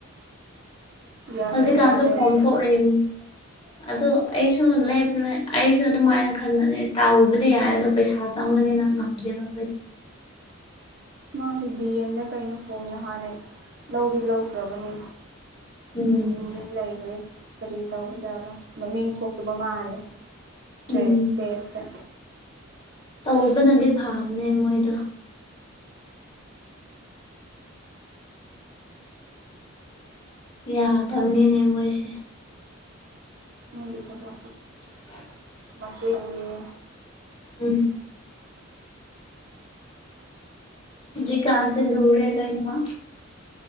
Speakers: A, on the right; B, on the left.
A: ꯒ꯭ꯌꯥꯟ
B: ꯍꯧꯖꯤꯛꯀꯥꯟꯁꯨ
A: ꯃꯦꯟ ꯇꯥꯗꯦ ꯑꯩꯁꯨ
B: ꯐꯣꯝ ꯊꯣꯛꯛꯏꯅꯤ ꯑꯗꯣ ꯑꯩꯁꯨ ꯂꯦꯞ ꯑꯩꯁꯨ ꯑꯗꯨꯃꯥꯏꯅ ꯈꯟꯕꯅꯦ ꯇꯥꯎꯕꯗꯤ ꯌꯥꯔꯦ ꯑꯗꯣ ꯄꯩꯁꯥ ꯆꯪꯉ ꯃꯅꯦ ꯂꯒꯥꯝꯗꯦꯕꯄ
A: ꯃꯥꯁꯨ ꯗꯤ ꯑꯦꯝꯗ ꯀꯩꯅꯣ ꯐꯣꯝꯗ ꯍꯥꯟꯅꯩ ꯂꯧꯗꯤ ꯂꯧꯈ꯭ꯔꯕꯅꯤ
B: ꯎꯝ
A: ꯑꯗꯨꯒ ꯇꯨꯃꯤ ꯂꯩꯈ꯭ꯔꯦ ꯀꯔꯤ ꯇꯧꯕꯖꯥꯠꯂ ꯃꯃꯤꯡ ꯊꯣꯛꯇꯕ ꯃꯥꯜꯂꯦ
B: ꯎꯝ
A: ꯇ꯭ꯔꯦ ꯇꯦꯁ
B: ꯇꯧꯕꯅꯗꯤ ꯐꯕꯅꯦ ꯃꯣꯏꯗꯣ ꯌꯥꯗꯕꯅꯤꯅꯦ ꯃꯣꯏꯁꯦ
A: ꯃꯣꯏꯒꯤ ꯊꯕ
B: <inaudible>
A: ꯃꯆꯦ ꯍꯌꯦ
B: ꯎꯝ ꯖꯤ ꯀꯥꯖ ꯂꯨꯔ ꯔꯦ ꯂꯣꯣꯏꯅꯃ